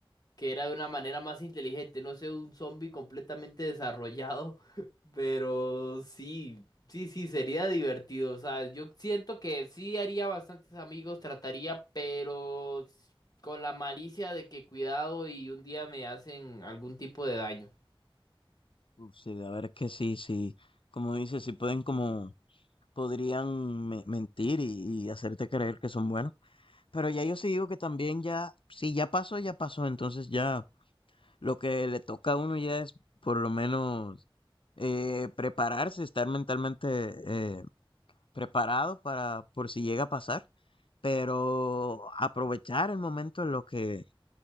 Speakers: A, on the left; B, on the left.
A: que era de una manera más inteligente, no sé, un zombie completamente desarrollado, <laughs> pero sí, sí, sí, sería divertido, o sea, yo siento que sí haría bastantes amigos, trataría, pero s- con la malicia de que cuidado y un día me hacen algún tipo de daño.
B: Uf, sí, la verdad es que sí, sí, como dices, sí pueden como, podrían me- mentir y, y hacerte creer que son buenos, pero ya yo sí digo que también ya, si ya pasó, ya pasó, entonces ya lo que le toca a uno ya es por lo menos eh, prepararse, estar mentalmente eh, preparado para por si llega a pasar, pero aprovechar el momento en lo que,